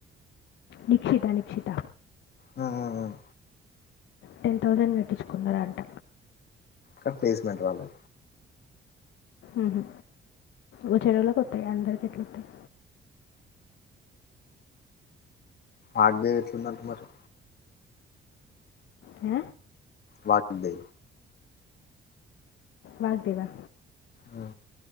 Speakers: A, on the left (about 75°); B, on the left (about 55°).
A: నిక్షిత నిక్షిత
B: మ్మ్, మ్మ్, మ్మ్.
A: టెన్ థౌసండ్ కట్టించుకున్నారంట
B: క ప్లేస్మెంట్ వాలు
A: ఉహు వచ్చేవాళ్ళ కొత్తాయ్ అందరికెట్లోత్తాయ్
B: ఆగబేద ఎట్లుందంట మరి
A: ఆ
B: వాగ్దే
A: వాగ్దేవ్ ఆ
B: మ్